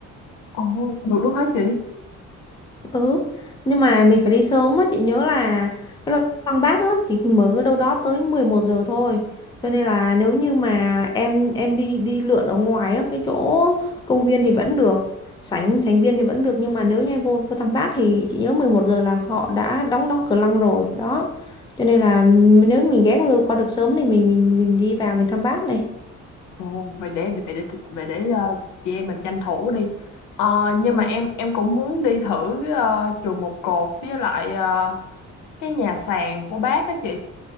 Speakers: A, on the left (about 75°); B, on the left (about 15°).
A: Ồ, được luôn hả chị?
B: Ừ, nhưng mà mình phải đi sớm á, chị nhớ là cái lăng Bác á chỉ mở ở đâu đó tới 11 giờ thôi. Cho nên là nếu như mà em em đi đi lượn ở ngoài á, cái chỗ công viên thì vẫn được, sảnh sảnh viên thì vẫn được nhưng mà nếu như em vô vô Tam Bác thì chị nhớ 11 giờ là họ đã đóng đóng cửa lăng rồi, đó. Cho nên là nếu mình ghé qua được qua được sớm thì mình mình mình đi vào mình thăm Bác này.
A: Ồ, vậy để vậy để vậy để ờ, chị em mình tranh thủ đi Ờ, Nhưng
B: Ừ.
A: mà em em cũng muốn đi thử uh, chùa Một Cột với lại ờ, cái nhà sàn của bác á chị